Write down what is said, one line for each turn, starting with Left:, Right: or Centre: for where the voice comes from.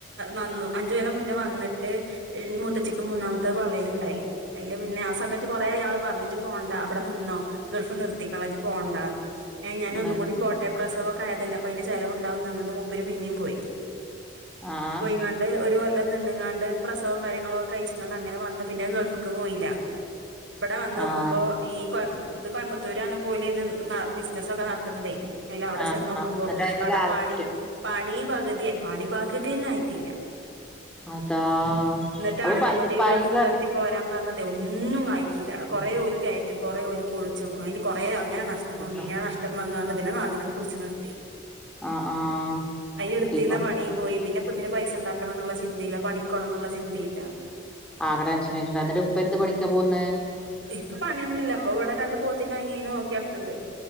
Right: വന്നു അഞ്ചു കൊല്ലം മുന്നേ വന്ട്ട് മൂത്തചിക്ക് മൂന്നാമത്തെ പള്ളെൽണ്ടായി അയില് പിന്നെ ആ സമയത്ത് കൊറെ അയാള് പറഞ് ഇജ്ജ് പോണ്ട വിട നിന്നോ ഗൾഫ് നിർത്തിക്കളാ ഇജ്ജ് പോണ്ട ഞാന
Centre: എന്നിട്ട്
Right: ഒന്നും കൂടി പോട്ട മറ്റേ പ്രസവൊക്കെ ആയതല്ലേ അപ്പൊ അന് ചെലവുണ്ടാവുന്ന പറഞ്ഞണ്ട് മുപ്പര് പിന്നെയും പോയി
Centre: ആ
Right: പോയിണ്ട് ഒരു കൊല്ലം നിന്ങ്ങാണ്ട് പ്രസവം കാര്യങ്ങളോക്കെ കയ്ച്ങ്ങാണ്ട് അങ്ങനെ വന്ന് പിന്നെ ഗൾഫക്ക് പോയില്ലേ വിടെ വന്നോക്കുമ്പോ
Centre: ആഹ്
Right: ഈ കൊയ ഇത് കോയമ്പത്തൂരാണ് പോല് ഇത് ബിസിനസ്സോക്ക നടത്ത്ന്നതേ അയിൽ അവിടെ
Centre: ആഹ്
Right: ചെനോക്കുമ്പോ
Centre: ആഹ് എന്നിട്ട് അതിന്
Right: അവിടെ
Centre: ലാഭം
Right: പണി
Centre: കിട്ടിയോ
Right: പണീ പക്തി പണി പക് തിന്നെ ആയിട്ടില്ല
Centre: അതാ
Right: എന്നിട്ടാണ്
Centre: അപ്പൊ പ
Right: ഇതിനോട് ഈ
Centre: പയങ്കറി
Right: ഗൾഫ് നിർത്തി പോരാൻ പറഞ്ഞതെ ഒന്നും ആയിറ്റില്ല കോറേ
Centre: ആഹ്
Right: ഓല് കയറ്റും കുറെ ഓല് പോയിച്ചും അയില് കൊറേ അങ്ങനെ നശിച്ച് നഷ്ടം
Centre: കൊടുത്തോ
Right: വന്ന് ർഞ് ങ്ങനെ നഷ്ടം വന്ന് പറഞ് ഇതിനെ നാട്ടിലണ്ട് പിടിച്ചു നിർത്തി
Centre: ആഹ് ആഹ്
Right: അയിന് എടുത്തീന്ന
Centre: ഇപ്പൊ
Right: പണിം പോയി പിന്ന ഇപ്പതിന് പൈസ ണ്ടാക്കണം എന്നുള്ള ചിന്തയില്ല പണിക്കോണം എന്നുള്ള ചിന്തയില്ല
Centre: ആകെ ടെൻഷൻ ആയിട്ടുണ്ടാകും എന്നിട്ട് ഇപ്പോ എന്ത് പണിക്കാ പോന്നേ
Right: ഇപ്പ പണിയൊന്നും ഇല്ല പ്പ ഇവിടെ രണ്ട് പോത്തിന വാങ്ങി അയിന നോക്കിടക്ക്ണ്ട്